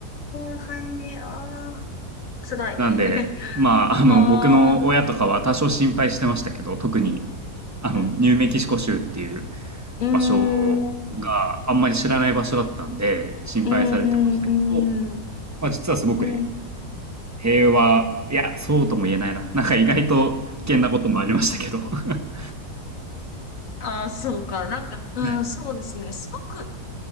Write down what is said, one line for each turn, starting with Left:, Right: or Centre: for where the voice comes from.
Left: あ、はい、ああ、辛い。
Right: なんで、
Left: <laughs>
Right: まあ、あの、
Left: ああ、
Right: 僕の親とかは多少心配してましたけど、特に、あの、
Left: うん
Right: ニューメキシコ州っていう
Left: うーん、
Right: 場所を、
Left: うん、
Right: ああんまり知らない場所だったんで、心配されてましたけど、
Left: うん、うん、
Right: まあ、実はすごくへ
Left: うん。
Right: 平和、いや、そうとも言えないな。なんか意外と危険なこともありましたけど。<laughs>
Left: ああ、そうか。なんか、うん、
Right: はい
Left: そうですね。すごく、